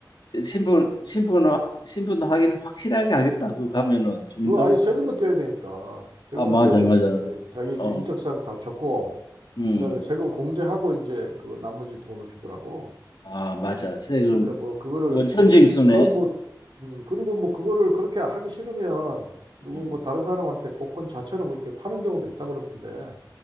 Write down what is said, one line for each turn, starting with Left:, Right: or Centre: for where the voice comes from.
Left: 신분 신분 확- 신분 확인 확실하게 하겠다. 그 가면은 주민등록증.
Right: 그거 아니 세금은 떼야 되니까 세금을
Left: 아 맞아
Right: 떼야 되니까
Left: 맞아.
Right: 이제 자기
Left: 어,
Right: 이제 인적사항 다 적고
Left: 음,
Right: 그다음에 세금 공제하고 이제 그 나머지 돈을 주더라고.
Left: 아 맞아. 세금
Right: 그러니까 뭐 그거를
Left: 원천 징수네.
Right: 그건 뭐 음, 그리고 뭐 그거를 그렇게 하기 싫으면 누구
Left: 음,
Right: 뭐 다른 사람한테 복권 자체로 뭐 이렇게 파는 경우도 있다고 그러던데.